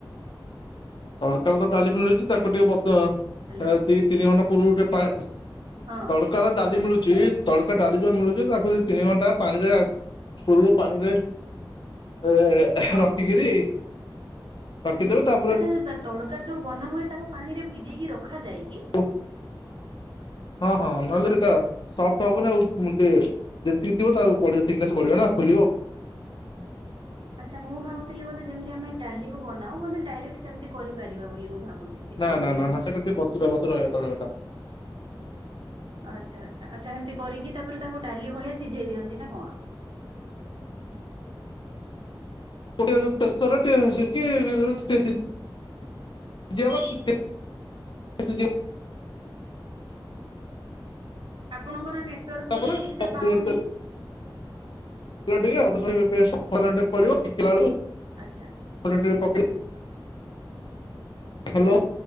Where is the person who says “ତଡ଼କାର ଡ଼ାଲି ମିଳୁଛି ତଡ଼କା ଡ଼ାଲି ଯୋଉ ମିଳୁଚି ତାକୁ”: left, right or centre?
Left